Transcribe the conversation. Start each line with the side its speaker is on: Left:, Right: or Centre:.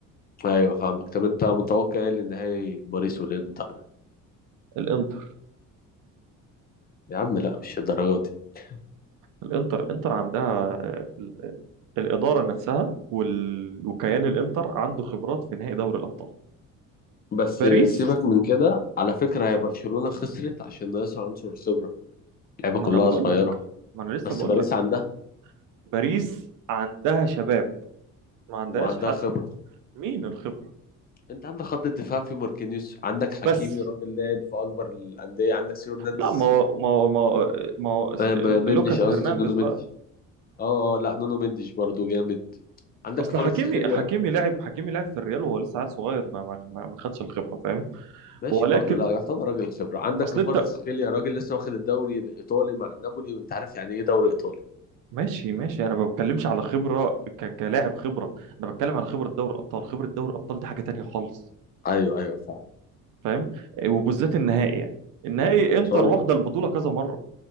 Left: ايوه فاهمك طب انت متوقع ايه للنهائي باريس والانتر ده
Right: الانتر
Left: يا عم لا مش الدرجات دي
Right: الانتر الانتر عندها آه، ال- آه، الاداره نفسها وال... وكيان الانتر عنده خبرات في نهائي دوري الابطال
Left: بس
Right: باريس
Left: سيبك من كده على فكرة هي برشلونة خسرت عشان ناقصها عنصر خبرة اللعيبة
Right: ما
Left: كلها
Right: انا بقول
Left: صغيرة
Right: لك ما انا لسه
Left: بس
Right: بقول
Left: باريس
Right: لك
Left: عندها
Right: باريس عندها شباب ما عندهاش
Left: وعندها
Right: حد
Left: خبرة
Right: مين الخبره
Left: انت عندك خط الدفاع في ماركينيوس عندك حكيمي
Right: بس
Left: راجل لاعب في اكبر الاندية عندك سيو هرنانديز
Right: لا ما هو- ما هو- ما هو- ما هو س-
Left: آه، م- مندش
Right: لوكاس
Left: قصدي
Right: هرنانديز
Left: نونو مندش
Right: بقى
Left: اه اه لا نونو مندش برضو جامد عندك
Right: اصل
Left: كفاراتسخيليا
Right: حكيمي حكيمي لعب حكيمي لعب في الريال وهو لسه عيل صغير ما ما ما ما خدش الخبره فاهم
Left: ماشي
Right: ولكن
Left: برضو لا يعتبر راجل خبرة عندك
Right: اصل
Left: كفاراتسخيليا
Right: انت
Left: راجل لسه واخد الدوري الإيطالي مع نابولي وأنت عارف يعني إيه دوري إيطالي
Right: ماشي ماشي انا ما بتكلمش على خبره ك... كلاعب خبره انا بتكلم على خبره دوري الابطال خبره دوري الابطال دي حاجه تانية خالص
Left: أيوه أيوه فاهم
Right: فاهم إيه، وبالذات النهائي يعني النهائي انتر
Left: بس هو
Right: واخده البطوله كذا مره